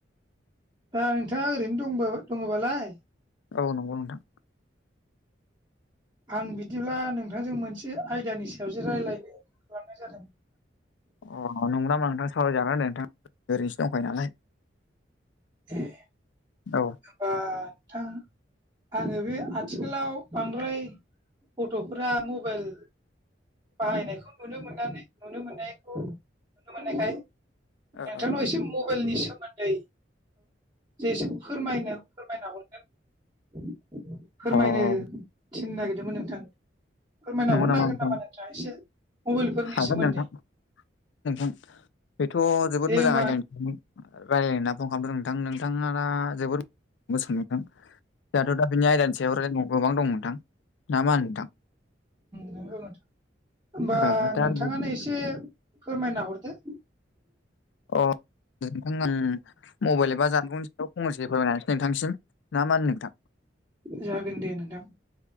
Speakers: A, on the right; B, on the left.
A: दा नोंथाङा ओरैनो दं दंबालाय?
B: औ नंगौ नोंथां।
A: आं बिदिब्ला नोंथांजों मोनसे आयदानि सायाव जो रायज्लायनो खालामनाय जादों।
B: अ नं नामा नोंथां सावराय जागोन द नोंथां ओरैनो दंखायो नालाय।
A: जे
B: औ।
A: होमबा नोंथां। आङो बे आथिखालाव बांद्राय गथ'फोरा मबाइल बाहायनायखौ नुनो मोननानै नुनो मोननायखौ नुनो मोननायखाय नोंथांनाव
B: ओ
A: एसे मबाइलनि सोमोन्दै जेसे फोरमायनो फोरमायना हरगोन फोरमायनो
B: ओ अ
A: थिनो नागिरदोंमोन नोंथां फोरमायना
B: नंगौ
A: हरनो हागोन
B: नोंथां
A: नामा नोंथाङा एसे मबाइलफोरनि
B: हागोन
A: सोमोन्दै।
B: नोंथां नोंथां बेथ' जोबोद
A: दे
B: मोजां
A: होमबा
B: आयदा नोंथांमोन। रायज्लायना फन खालामदों नोंथां नोंथाङ दा जोबोद मोसां नोंथां। दोंथ' दा बिनि आयदानि सायाव गोबां दं नोंथां ना मा होनो नोंथां।
A: नंगौ नोंथां होमबा
B: ओ दा
A: नोंथाङानो
B: बि-
A: एसे फोरमायना हरदो।
B: अ नोंथां। मबाइल एबा जानबुंनि साव खनसे हो फोरमायनोसै नोंथांसिम ना मानो नोंथां।
A: जागोन दे नोंथां।